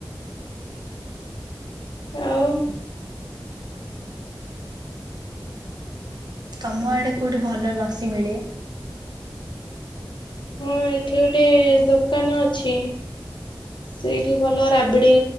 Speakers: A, on the left; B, on the right.
A: ଆଉ।
B: ତମ ଆଡେ କୋଉଠି ଭଲ ଲସି ମିଳେ?
A: ହଁ ଏଠି ଗୋଟେ ଦୋକାନ ଅଛି। ସେଇଠି ଭଲ ରାବିଡି